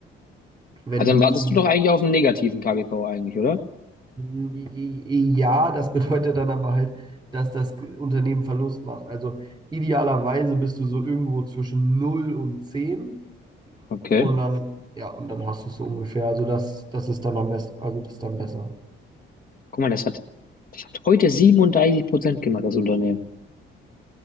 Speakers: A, on the right; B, on the left.
A: wenn
B: Also
A: du
B: dann wartest
A: zu
B: du doch eigentlich auf einen negativen KGV eigentlich, oder?
A: Ja, das bedeutet dann aber halt, dass das Unternehmen Verlust macht. Also idealerweise bist du so irgendwo zwischen null und 10
B: Okay.
A: und dann, ja, und dann hast du es so ungefähr. Also das, das ist dann am besten, also das ist dann besser.
B: Guck mal, das hat, das hat heute 37 Prozent gemacht, das Unternehmen.